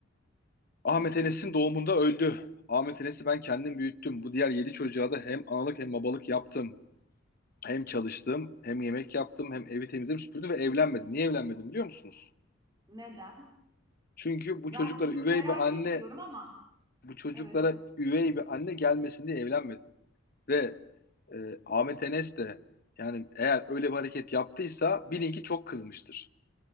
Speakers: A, on the left (about 50°); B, on the right (about 20°).
A: Ahmet Enes'in doğumunda öldü. Ahmet Enes'i ben kendim büyüttüm. Bu diğer 7 çocuğa da hem analık hem babalık yaptım. hem çalıştım, hem yemek yaptım, hem evi temizledim, süpürdüm ve evlenmedim. Niye evlenmedim biliyor musunuz?
B: Neden?
A: Çünkü bu
B: Yani
A: çocuklara
B: hiç
A: üvey
B: merak
A: bir anne,
B: etmiyorum ama
A: bu çocuklara
B: evet
A: üvey bir anne gelmesin diye evlenmedim. Ve e, Ahmet Enes de yani eğer öyle bir hareket yaptıysa bilin ki çok kızmıştır.